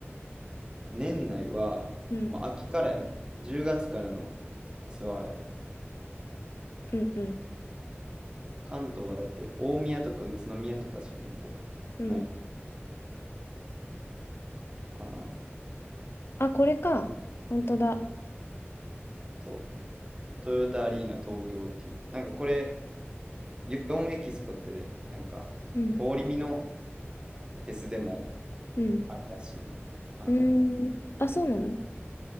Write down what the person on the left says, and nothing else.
うん。
うんうん。
うん。
あ、これか。本当だ。
うん。
うん。
うーん。あ、そうなの